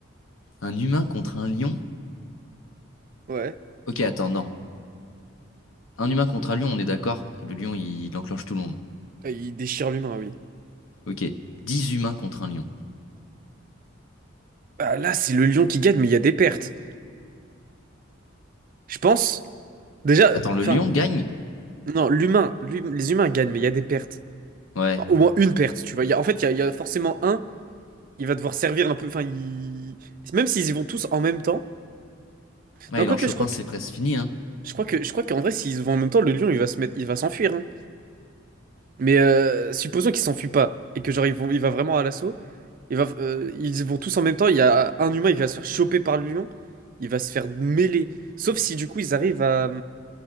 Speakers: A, on the left; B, on the right.
A: un humain contre un lion?
B: Ouais.
A: Ok, attends, non. Un humain contre un lion, on est d'accord. Le lion, il, il enclenche tout le monde.
B: Ah, Il déchire l'humain, oui.
A: Ok, Dix humains contre un lion.
B: Ah, là, c'est le lion qui gagne, mais il y a des pertes. Je pense. Déjà,
A: Attends, le
B: enfin,
A: lion gagne?
B: non, l'humain, l'hum- les humains gagnent, mais il y a des pertes.
A: Ouais.
B: Bah, au moins une perte, tu vois. Il y a- en fait, il y a, il y a forcément un, il va devoir servir un peu. Enfin, il... Même s'ils y vont tous en même temps.
A: Ouais,
B: Non,
A: il
B: quoique,
A: en chope
B: je crois
A: un,
B: que.
A: c'est presque fini, hein.
B: Je crois que, je crois qu'en vrai, s'ils vont en même temps, le lion, il va se mettre, il va s'enfuir. hein. Mais euh, supposons qu'il s'enfuit pas et que genre ils vont, il va vraiment à l'assaut. Il va, euh, ils vont tous en même temps. Il y a un humain, il va se faire choper par le lion. Il va se faire mêler. Sauf si du coup ils arrivent à,